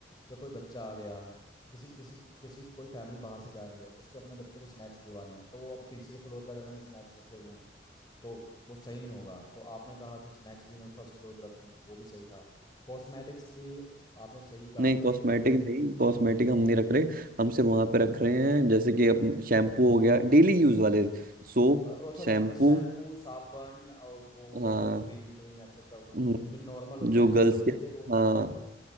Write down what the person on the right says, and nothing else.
नहीं
कॉस्मेटिक नहीं कॉस्मेटिक हम नहीं रख रहे हम सिर्फ वहां पे रख रहे हैं जैसे कि अपन शैम्पू हो गया डेली यूज वाले सोप
शैम्पू
हाँ
हम्म,
जो
गर्ल्स
के
हाँ